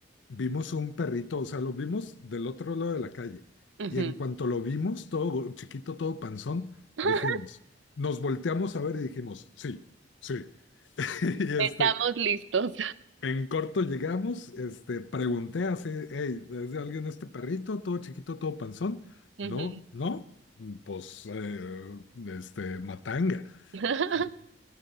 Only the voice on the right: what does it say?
ujú.
<laughs>
Estamos listos.
Ujú.
<laughs>